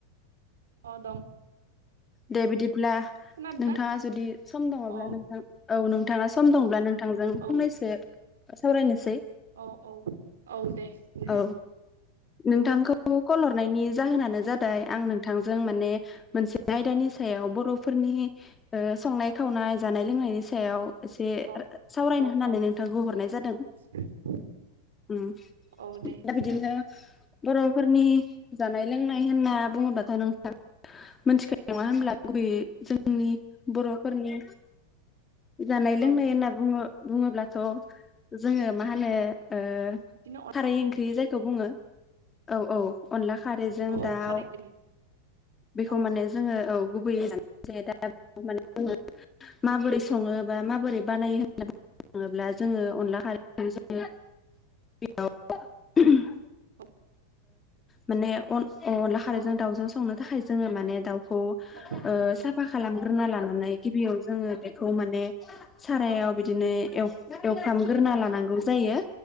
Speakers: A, on the right; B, on the left.
A: अ दं
B: दे बिदिब्ला
A: खोनादों
B: नोंथाङा
A: ना
B: जुदि सम दङब्ला
A: अ
B: नोंथां? औ नोंथाङा सम
A: अ
B: दंब्ला
A: औ
B: नोंथांजों
A: औ
B: फंनैसो सावरायनोसै।
A: औ औ औ दे। नोंथां
B: औ नोंथांखौ कल हर जानानो जादों आ नोंथां म मोन आय <unintelligible> बर'फोरनि ओ संनाय खावनाय जानाय लोंनायनि सायाव एसे
A: औ
B: सावरायनो
A: औ
B: होननानै
A: औ
B: नोंथांखौ हरनाय जादों।
A: <unintelligible>
B: उम
A: औ दे
B: दा
A: नोंथां
B: बिदिनो बर'फोरनि जानाय लोंनाय होनना बुङोब्लाथाय नोंथा मोनथिखायो नङा होनब्ला गुबैयै जोंनि बर'फोरनि जानाय लोंनाय
A: औ
B: होनना बुङो बुङोब्लाथ' जोङो मा होनो ओ
A: बिदिनो
B: खारै ओंख्रि जायखौ बुङो औ औ अनला खारैजों
A: औ औ
B: दाउ
A: खारै ओंख्रि
B: बेखौ
A: औ
B: माने जोङो औ गुबैयै <unintelligible> जायो दा बे माने जोङो माबोरै सङो बा माबोरै बानायो <unintelligible> थाङोब्ला जोङो अनला खारै <unintelligible> <unintelligible>
A: औ
B: माने अ-अनला खारैजों
A: औ औ
B: दाउजों संनो थाखाय
A: औ
B: जोङो माने दाउखौ
A: औ औ
B: ओ <unintelligible> साफा खालामग्रोना लानानै गिबियाव जोङो बेखौ माने सारायाव
A: औ
B: बिदिनो ए एवफ्रामग्रोना लानांगौ जायो